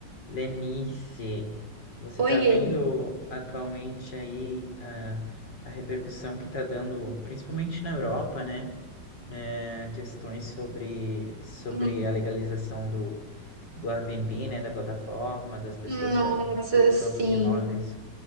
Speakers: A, on the left (about 75°); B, on the right (about 70°).
A: Lenice, você
B: Oiê.
A: está vendo atualmente aí a, a repercussão que está dando, principalmente na Europa, né? É, questões sobre, sobre
B: Hum,
A: a legalização do, do Airbnb, né? Da plataforma, das pessoas
B: Nossa,
A: estarem colocando
B: sim.
A: os imóveis.